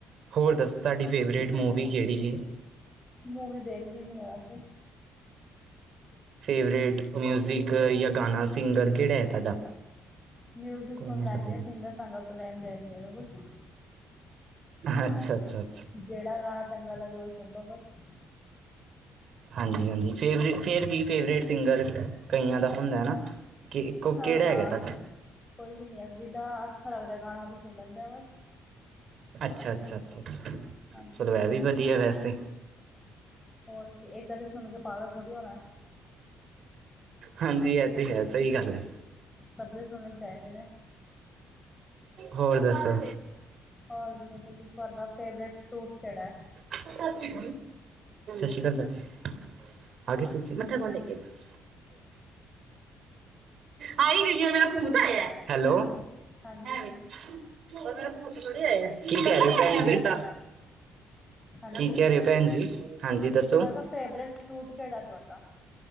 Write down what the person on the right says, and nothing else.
ਹੋਰ ਦੱਸੋ ਤੁਹਾਡੀ ਫੇਵਰੇਟ ਮੂਵੀ ਕਿਹੜੀ ਹੈ।
ਫੇਵਰੇਟ ਮਿਊਜ਼ਿਕ ਯਾਂ ਗਾਣਾ ਸਿੰਗਰ ਕਿਹੜਾ ਹੈ ਤੁਹਾਡਾ?
ਕੋਈ
ਮੈਂ
ਕਰ ਦੂੰਗਾ
ਅੱਛਾ-ਅੱਛਾ।
ਹਾਂਜੀ-ਹਾਂਜੀ ਫੇਵਰੇਟ ਫੇਰ ਵੀ। ਫੇਵਰੇਟ ਸਿੰਗਰ ਰੱਖਿਆ ਕਈਆਂ ਦਾ ਹੁੰਦਾ ਹੈ ਨਾ। ਕਿ ਕੋ
ਕਿਹੜਾ
ਹੈਗਾ ਤੁਹਾਡਾ?
ਅੱਛਾ ਅੱਛਾ ਅੱਛਾ ਅੱਛਾ
ਚਲੋ ਇਹ ਵੀ ਵਧੀਆ ਵੈਸੇ।
ਹਾਂਜੀ ਇਹ ਤੇ ਹੈ ਸਹੀ ਗੱਲ ਏ।
ਹੋਰ ਦੱਸੋ।
ਸਤਿ ਸ਼੍ਰੀ ਅਕਾਲ ਚਾਚੀ ਆ ਗਏ ਤੁਸੀਂ ਮੱਥਾ ਕੌਣ ਟੇਕੇਗਾ। ਆਈ ਹੀ ਗਈ ਮੇਰਾ ਭੂਤ ਆਇਆ ਹੈਲੋ।
ਐਵੇਂ ਕੀ ਕਿਹ ਰਹੇ ਭੈਣ ਜੀ।
ਕੀ ਕਹਿ ਰਹੇ ਹੋ ਭੈਣ ਜੀ ਹਾਂਜੀ ਦੱਸੋ।